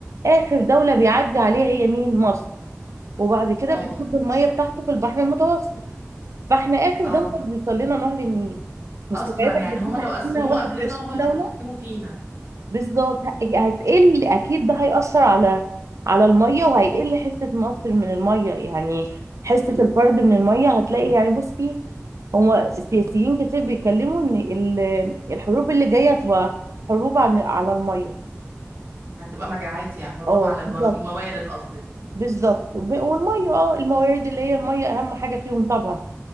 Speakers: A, on the right; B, on the right.
A: آخر دولة بيعدي عليها هي مين مصر وبعد كده
B: اه
A: بيصب المية بتاعته في البحر المتوسط فاحنا آخر
B: اه
A: دولة بيوصل لنا نهر النيل مستوعبة
B: اصلا يعني
A: ان
B: هما
A: في تحتنا
B: لو قسموه
A: 21
B: قبلنا هما اللي هيتحكموا
A: دولة
B: فينا
A: بالظبط ه- هتقل اكيد ده هيأثر على على الميه وهيقل حصة مصر من الميه يعني حصة الفرد من الميه هتلاقي يعني بصي هو السياسيين كتير بيتكلموا ان ال- الحروب اللي جاية هتبقى حروب عن على الميه
B: هتبقى مجاعات يعني حروب
A: اه
B: على الو-
A: بالظبط
B: الموارد قصدك
A: بالظبط وب- والميه اه الموارد اللي هي الميه اهم حاجة فيهم طبعا